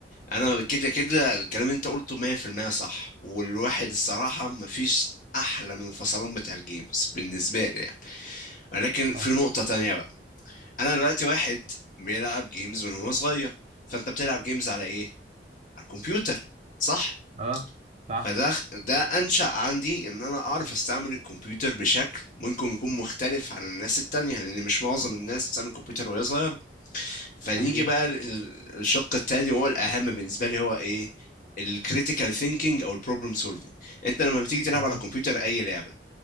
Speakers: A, on the left; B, on the right.
A: انا كده كده الكلام اللي انت قلته 100% صح والواحد الصراحة مفيش احلى من الفصلان بتاع الجيمز بالنسبة لي يعني ولكن
B: اه
A: في نقطة تانية انا دلوقتي واحد بيلعب جيمز من وهو صغير فانت بتلعب جيمز على ايه على الكمبيوتر صح
B: اه صح
A: فده ده انشأ عندي ان انا اعرف استعمل الكمبيوتر بشكل ممكن يكون مختلف عن الناس التانية لان مش معظم الناس بتستعمل الكمبيوتر وهي صغيرة فنيجي
B: صحيح
A: بقى ال- ال- الشق التاني وهو الاهم بالنسبة لي هو ايه الكريتيكال ثينكينج او البروبلم سولفينج انت لما بتيجي تلعب
B: جميل
A: على الكمبيوتر اي لعبة